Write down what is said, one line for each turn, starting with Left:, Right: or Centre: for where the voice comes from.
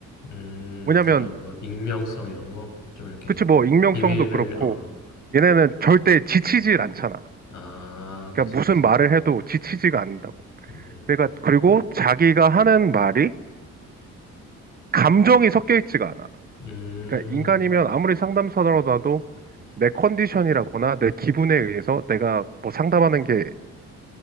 Left: 음.
Right: 왜냐면
Left: 그런 뭐 익명성 이런 거 좀 이렇게
Right: 그치 뭐 익명성도
Left: 비밀을
Right: 그렇고
Left: 어,
Right: 얘네는 절대 지치질 않잖아.
Left: 아, 그지,
Right: 그러니까
Left: 그지.
Right: 무슨 말을 해도 지치지가 않는다고.
Left: 음,
Right: 그러니까 그리고 자기가 하는 말이 감정이 섞여 있지가 않아.
Left: 음,
Right: 그러니까 인간이면 아무리 상담사라도 내 컨디션이라거나 내 기분에 의해서 내가 뭐 상담하는 게